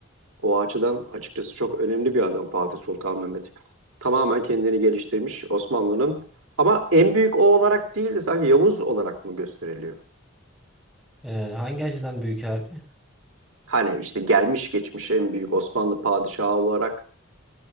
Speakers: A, on the right; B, in the centre.
A: O açıdan açıkçası çok önemli bir adam Fatih Sultan Mehmet. Tamamen kendini geliştirmiş Osmanlı'nın. Ama en büyük o olarak değil de sanki Yavuz olarak mı gösteriliyor?
B: Ee, hangi açıdan büyük abi?
A: Hani işte gelmiş geçmiş en büyük Osmanlı padişahı olarak